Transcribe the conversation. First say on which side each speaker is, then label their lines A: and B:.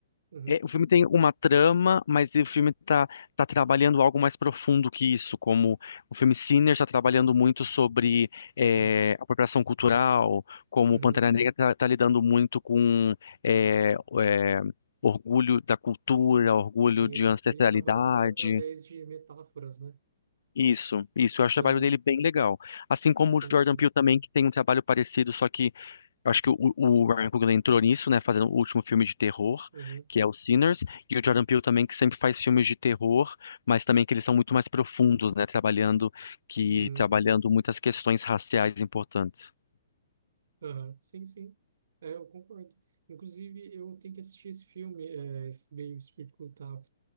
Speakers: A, on the right; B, on the left.
A: Uhum,
B: É, o filme tem uma trama, mas o filme tá, tá trabalhando algo mais profundo que isso, como o filme Sinner está trabalhando muito sobre é,
A: sim.
B: apropriação cultural, como
A: Uhum.
B: o Pantera Negra está lidando muito com é, é, orgulho da cultura, orgulho
A: Sim,
B: de
A: ele,
B: ancestralidade.
A: ele trabalha muito através de metáforas, né?
B: Isso, isso, eu acho o
A: Aham,
B: trabalho dele bem legal. Assim como
A: Sim,
B: o Jordan
A: sim.
B: Peele também, que tem um trabalho parecido, só que eu acho que o, o Ryan Coogler entrou nisso, né, fazendo o último filme de terror,
A: Uhum,
B: que é o Sinners, e o Jordan Peele também, que sempre faz filmes de terror, mas também que eles são muito mais profundos, né, trabalhando que
A: uhum,
B: trabalhando muitas questões raciais importantes.
A: aham, Sim, sim. É, eu concordo. Inclusive, eu tenho que assistir esse filme, é, veio Espírito Cultável.